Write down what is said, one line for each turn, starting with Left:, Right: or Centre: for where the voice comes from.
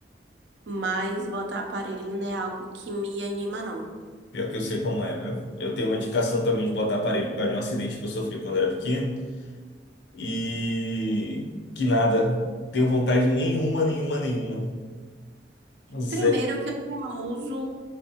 Right: mas botar aparelho não é algo que me anima, não.
Left: pior que eu sei como é, viu? Eu tenho uma indicação também de botar aparelho por causa de um acidente que eu sofri quando era pequeno. E que nada. Tenho vontade nenhuma, nenhuma, nenhuma. Zero.
Right: Primeiro que eu já uso